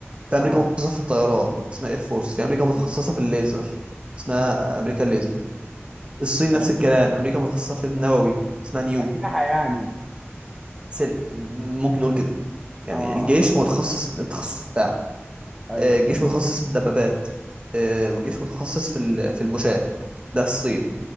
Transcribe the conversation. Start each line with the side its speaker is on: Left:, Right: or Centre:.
Right: في امريكا
Centre: اه
Right: متخصصه في الطيران اسمها اير فورس في امريكا متخصصه
Centre: م.
Right: في الليزر اسمها امريكا الليزر الصين نفس
Centre: ايوه
Right: الكلام امريكا متخصصه في النووي اسمها نيو
Centre: اسلحه يعني
Right: سل... ممكن نقول كده يعني
Centre: اه آه،
Right: الجيش
Centre: آه.
Right: متخصص في التخصص بتاعه
Centre: ايوه
Right: آه، الجيش
Centre: فهمت
Right: متخصص في الدبابات آه، والجيش متخصص في ال- في المشاة ده الصين